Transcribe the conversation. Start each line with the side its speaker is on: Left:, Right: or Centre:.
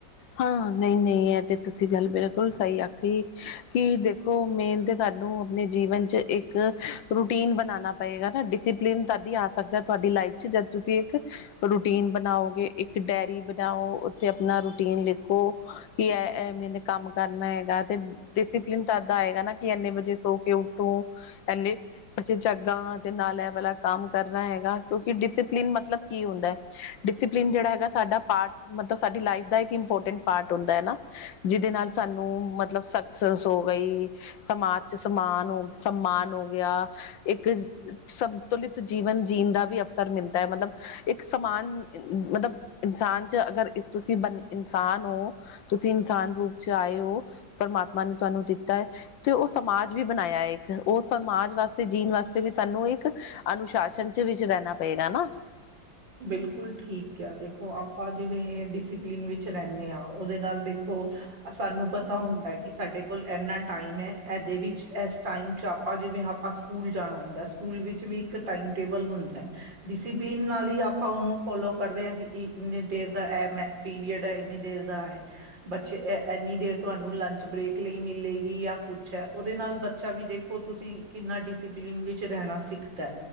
Left: ਹਾਂ, ਨਈ ਨਈ ਐ ਤੇ ਤੁਸੀ ਗੱਲ ਬਿਲਕੁਲ ਸਈ ਆਖੀ ਕਿ ਦੇਖੋ ਦੇਖੋ, ਮੇਨ ਤੇ ਤਾਨੂੰ ਆਪਣੇ ਜੀਵਨ ਚ ਇੱਕ ਰੂਟੀਨ ਬਨਾਨਾ ਪਏਗਾ ਨਾ ਡਿਸਿਪਲਿਨ ਤੱਦ ਈ ਆ ਸਕਦੈ ਤੁਆਡੀ ਲਾਈਫ ਚ ਜਦ ਤੁਸੀ ਇੱਕ ਰੂਟੀਨ ਬਨਾਓਗੇ ਇੱਕ ਡੈਰੀ ਬਨਾਓ ਉੱਥੇ ਆਪਨਾ ਰੂਟੀਨ ਲਿਖੋ ਕਿ ਐ ਐ ਮੈਨੇ ਕੰਮ ਕਰਨਾ ਹੇਗਾ ਤੇ ਡਿਸਿਪਲਿਨ ਤੱਦ ਆਏਗਾ ਨਾ ਕਿ ਏਨੇ ਵਜੇ ਸੋ ਕੇ ਉੱਠੋ ਏਨੇ ਵਜੇ ਜਾਗਾਂ ਤੇ ਨਾਲ ਐ ਵਾਲਾ ਕੰਮ ਕਰਨਾ ਹੈਗਾ। ਕਿਉਂਕਿ ਡਿਸਿਪਲਿਨ ਮਤਲਬ ਕੀ ਹੁੰਦੈ ਡਿਸਿਪਲਿਨ ਜੇੜਾ ਹੈਗਾ ਸਾਡਾ ਪਾਰਟ ਮਤਲਬ ਸਾਡੀ ਲਾਈਫ ਦਾ ਏ ਇੰਪੋਰਟੈਂਟ ਪਾਰਟ ਹੁੰਦਾ ਐ ਨਾ ਜਿਦੇ ਨਾਲ ਸਾਨੂੰ ਮਤਲਬ ਸਕਸੈਸ ਹੋ ਗਈ। ਸਮਾਜ ਚ, ਸਮਾਨ ਹੋ, ਸਮਮਾਨ ਹੋ ਗਿਆ ਇੱਕ ਸੰਤੁਲਿਤ ਜੀਵਨ ਜੀਣ ਦਾ ਵੀ ਅਵਸਰ ਮਿਲਦਾ ਐ ਮਤਲਬ ਇੱਕ ਸਮਾਨ ਮਤਬ ਇਨਸਾਨ ਚ, ਅਗਰ ਤੁਸੀ ਬੰ ਇਨਸਾਨ ਓ ਤੁਸੀ ਇਨਸਾਨ ਰੂਪ ਚ ਆਏ ਓ ਪਰਮਾਤਮਾ ਨੇ ਤੁਆਨੂੰ ਦਿੱਤਾ ਐ ਤੇ ਓ ਸਮਾਜ ਵੀ ਬਨਾਇਆ ਏਕ ਓ ਸਮਾਜ ਵਾਸਤੇ, ਜੀਨ ਵਾਸਤੇ ਵੀ ਸਾਨੂੰ ਇੱਕ ਅਨੁਸ਼ਾਸਨ ਚ ਵਿੱਚ ਰੈਨਾ ਪਏਗਾ ਨਾ।
Right: ਬਿਲਕੁਲ ਠੀਕ ਕੇਆ ਦੇਖੋ ਆਪਾਂ ਜਿਵੇਂ ਡਿਸਿਪਲਿਨ ਵਿੱਚ ਰੈਨੇ ਆ ਓਦੇ ਨਾਲ ਦੇਖੋ ਸਾਨੂੰ ਪਤਾ ਹੁੰਦੈ ਕਿ ਸਾਡੇ ਕੋਲ ਏਨਾ ਟਾਈਮ ਐ ਐਦੇ ਵਿਚ ਐਸ ਟਾਈਮ ਚ ਆਪਾ ਜਿਵੇਂ ਆਪਾ ਕੂਲ ਜਾਣਾ ਹੁੰਦੈ ਸਕੂਲ ਵਿੱਚ ਵੀ ਇੱਕ ਟਾਈਮ ਟੇਬਲ ਹੁੰਦੈ ਡਿਸਿਪਲੀਨ ਨਾਲ ਈ ਅਪ ਆਪਾਂ ਉਨੂੰ ਫੋਲੋ ਕਰਦੇ ਆਂ ਕਿ ਇ ਇੰਨੀ ਦੇਰ ਦਾ ਐਮ ਐ ਪੀਰੀਅਡ ਐ ਇੰਨੀ ਦੇਰ ਦਾ ਐ ਬੱਚੇ ਐ ਏਨੀ ਦੇਰ ਤੁਆਨੂੰ ਲੰਚ ਬ੍ਰੇਕ ਲਈ ਮਿਲੇਗੀ ਯਾ ਕੁੱਛ ਐ ਓਦੇ ਨਾਲ ਬ ਚਾ ਵੀ ਦੇਖੋ ਤੁਸੀ ਕਿੰਨਾ ਡਿਸਪਲਿਨ ਵਿੱਚ ਰੈਣਾ ਸਿੱਖਦੈ।